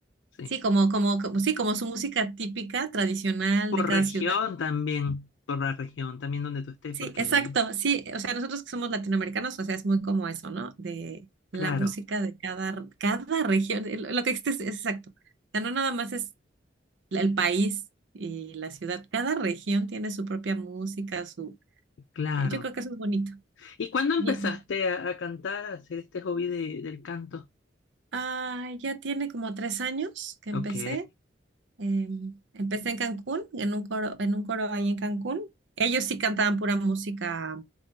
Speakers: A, on the left; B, on the right.
A: sí.
B: sí, como, como, como, sí, como su música típica, tradicional
A: Por
B: de cada
A: región
B: ciudad.
A: también, por la región también donde tú estés,
B: Sí,
A: porque
B: exacto,
A: ahí...
B: sí, o sea, nosotros que somos latinoamericanos, o sea, es muy como eso, ¿no? De la
A: Claro.
B: música de cada, cada región, eh, lo lo que existe es, es exacto. O sea, no nada más es la- el país y la ciudad, cada región tiene su propia música, su...
A: Claro.
B: eh, Yo creo que eso es bonito.
A: ¿Y cuándo empezaste
B: Bien.
A: a, a cantar, a hacer este hobby de- del canto?
B: Ah, ya tiene como tres años que empecé.
A: Ok,
B: em, empecé en Cancún, en un coro, en un coro ahí en Cancún. Ellos sí cantaban pura música